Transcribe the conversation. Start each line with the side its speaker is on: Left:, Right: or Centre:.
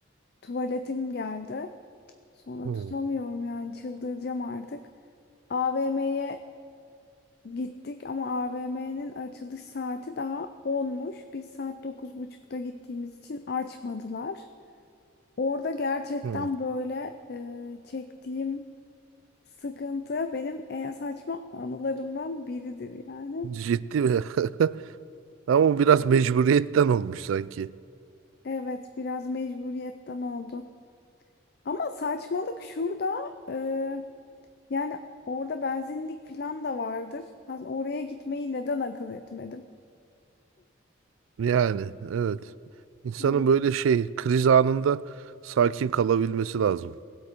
Left: tuvaletim geldi. Sonra
Right: hı,
Left: tutamıyorum yani çıldıracağım artık. AVM'ye gittik ama AVM'nin açılış saati daha 10'muş. Biz saat dokuz buçukta gittiğimiz için açmadılar. Orada gerçekten
Right: hı.
Left: böyle e, çektiğim sıkıntı benim en saçma anılarımdan biridir yani.
Right: Ciddi mi? <laughs> Ama o biraz mecburiyetten olmuş sanki.
Left: Evet biraz mecburiyetten oldu. Ama saçmalık şurada e, yani orada benzinlik falan da vardır. Az- Oraya gitmeyi neden akıl etmedim?
Right: Yani evet. İnsanın
Left: Evet.
Right: böyle şey kriz anında sakin kalabilmesi lazım.